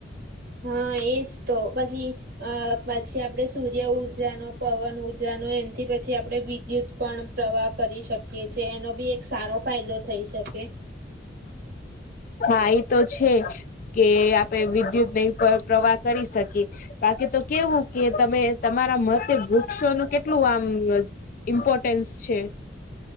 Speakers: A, on the right; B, on the left.
A: હા એજ તો પછી અ પછી આપડે સૂર્ય-ઊર્જાનો, પવન- ઉર્જાનો, જનો એનથી પછી આપણે વિદ્યુત પણ પ્રવાહ કરી શકીએ છીએ એનો બી એક સારો ફાયદો થઈ શકે.
B: હા ઇ તો છે કે આપે વિદ્યુત નહી પ્રવાહ કરી શકીએ. બાકી તો કેવું કે તમે તમારા મતે વૃક્ષોનું કેટલું કેટલું આમ ઇમ્પોર્ટન્સ છે?